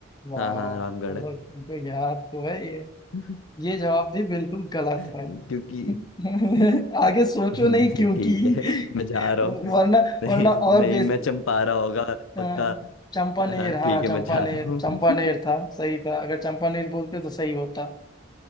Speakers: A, on the left; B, on the left.
A: वाह
B: हाँ हाँ रामगढ़
A: चलो
B: है
A: तुमको याद तो है ये
B: <laughs>
A: ये जवाब भी बिल्कुल गलत
B: क्योंकि
A: है <laughs>
B: <laughs>
A: आगे सोचो
B: नहीं,
A: नहीं क्योंकि
B: ठीक है मैं जा
A: <laughs>
B: रहा हूँ
A: वरना
B: नहीं
A: वरना और
B: नहीं
A: बेस
B: मैं चंपारा होगा
A: अ,
B: पक्का
A: चंपानेर
B: हाँ
A: हाँ
B: ठीक है
A: चंपानेर
B: मैं जा रहा हूँ
A: चंपानेर
B: <laughs>
A: था सही था अगर चंपानेर बोलते तो सही होता